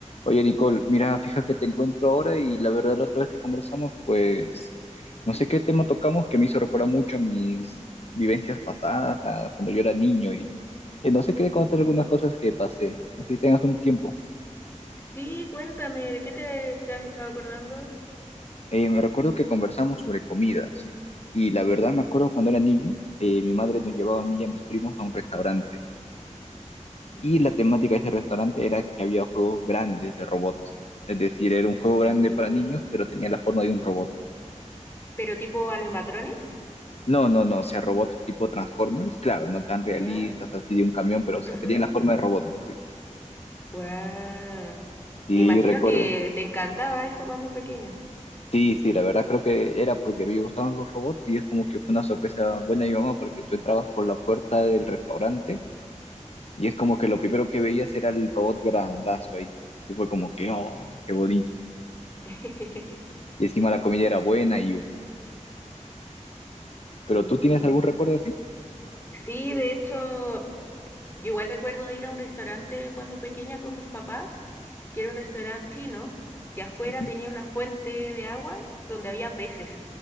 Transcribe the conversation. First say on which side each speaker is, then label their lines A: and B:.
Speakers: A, on the left; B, on the left.
A: Oye, Nicole, mira, fija que te encuentro ahora y la verdad la otra vez que conversamos, pues no sé qué tema tocamos que me hizo recordar mucho a mis vivencias pasadas, a cuando yo era niño y, y no sé, quería contar
B: Ujú.
A: algunas cosas que pasé, no sé si tengas un tiempo.
B: Sí, cuéntame, ¿de qué te, te has estado acordando?
A: Eh, me recuerdo que conversamos sobre comidas y la verdad me acuerdo
B: Mm.
A: cuando era niño, eh, mi madre nos llevaba
B: Ujú,
A: a mí y a mis primos a un restaurante
B: ujú.
A: y la temática de ese restaurante era que había juegos grandes de robots, es decir, era un juego grande
B: Uh,
A: para niños, pero tenía la forma de un robot.
B: Pero tipo animatronics,
A: No, no, no, o sea, robots tipo Transformers, claro, no tan realistas,
B: ya
A: así de un camión, pero o sea,
B: Ujú.
A: tenían la forma de robot, mejor dicho.
B: Guau.
A: Sí,
B: Me imagino
A: recuerdo.
B: que te encantaba eso cuando pequeño.
A: Sí, sí, la verdad creo que era porque me gustaban los robots y es como que fue una sorpresa buena de mi mamá porque tú entrabas por la puerta del restaurante y
B: Ujú.
A: es como que lo primero que veías era el robot grandazo ahí y fue como que, oh, qué bonito.
B: <laughs>
A: Y encima la comida era buena y yo, ¿pero
B: Uh,
A: tú tienes algún recuerdo así?
B: Sí, de hecho, yo igual recuerdo ir a un restaurante cuando pequeña con mis papás, que era un restaurante chino, que afuera
A: Ujú.
B: tenía una fuente de agua donde había peces.